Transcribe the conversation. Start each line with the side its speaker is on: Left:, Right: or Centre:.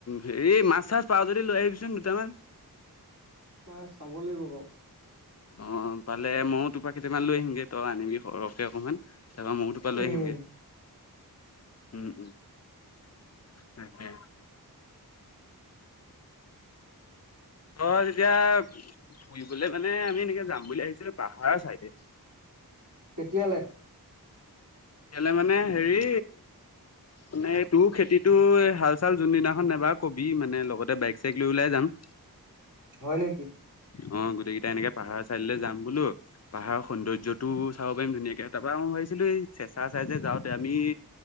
Left: হেৰি মাছ চাচ পাওঁ যদি লৈ আহিবিচোন দুটামান
Right: মই চাব লাগিব বাৰু।
Left: অক্ষ পালে ময়ো তোপা কেইটামান লৈ আহিমগে তই আনিবি সৰহকে অকণমান তাপা ময়ো তোপা লৈ
Right: উম,
Left: আহিমগে উম তাকে তই এতিয়া ফুৰিবলে মানে আমি এনেকে যাম বুলি ভাবিছিলো পাহাৰৰ চাইদে
Right: কেতিয়ালে
Left: কেলে মানে হেৰি মানে তোৰ খেতিটো হাল চাল যোনদিনাখন নেবাও তই কবি মানে লগতে বাইক চাইক লৈ ওলাই যাম
Right: হয় নেকি
Left: অহ গোটেইকেইটা এনেকে পাহাৰৰ চাইদলে যাম বোলো পাহাৰৰ সৌন্দৰ্যটো চাব পাৰিম ধুনীয়াকে তাৰ পৰা আও ভাবিছিলো এই চেঁচা চাইদে তে যাওঁ আমি